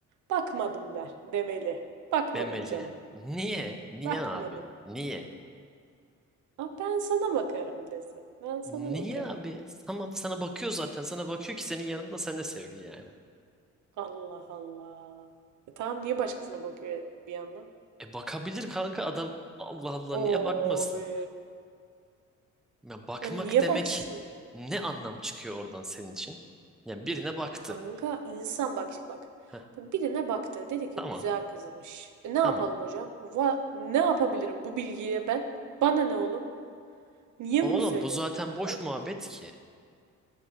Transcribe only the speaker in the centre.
demeli.
Niye? Niye
abi? Niye?
Niye
abi? Tamam sana bakıyor zaten. Sana bakıyor ki senin yanında sen de sevgili yani.
E bakabilir kanka adam. Allah Allah niye
bakmasın?
Ya bakmak
demek
ne anlam çıkıyor oradan senin için? Yani birine baktı.
Heh,
tamam
tamam.
Oğlum
bu zaten
boş
muhabbet ki.